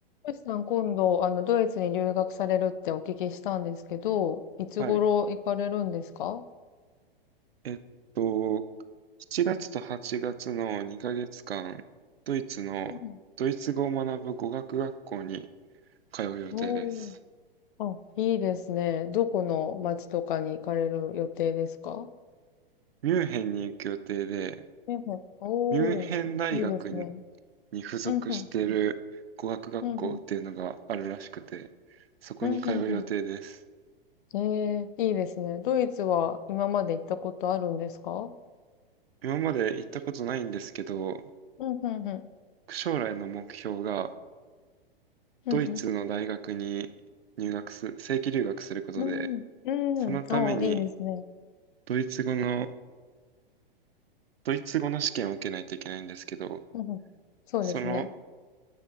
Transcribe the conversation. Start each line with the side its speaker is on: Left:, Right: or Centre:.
Left: トシさん、今度、あの、ドイツに留学されるってお聞きしたんですけど、いつ頃行かれるんですか
Right: はい。えっと、7月と8月の2ヶ月間、ドイツの、
Left: うん
Right: ドイツ語を学ぶ語学学校に通う予定です。
Left: おー。あ、いいですね。どこの町とかに行かれる予定ですか
Right: ミュンヘンに行く予定で、
Left: うんうんおー、
Right: ミュンヘン大学に
Left: いいですね。
Right: に付属している語学学校っていうのがあるらしくて、
Left: うんうん、うんうん、
Right: そこに通う予定です。
Left: うんうんうん。ええ、いいですね。ドイツは今まで行ったことあるんですか
Right: 今まで行ったことないんですけど、
Left: うんうんうん、
Right: 将来の目標が
Left: うんう
Right: ドイツの大学に入学す、正規留学することで、
Left: ん、うん、
Right: そのために
Left: うん、おー、いいですね。
Right: ドイツ語の、ドイツ語の試験を受けないといけないんですけど、
Left: うんうん、そうですね。
Right: その、